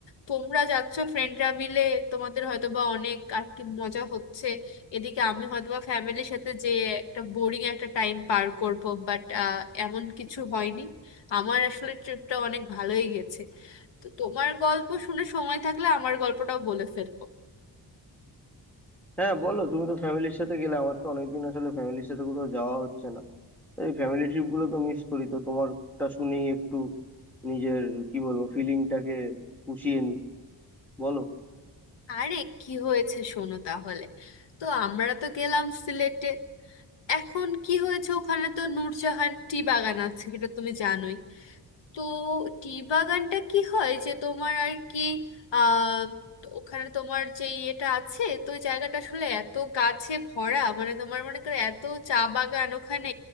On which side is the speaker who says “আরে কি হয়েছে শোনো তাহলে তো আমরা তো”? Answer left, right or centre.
Left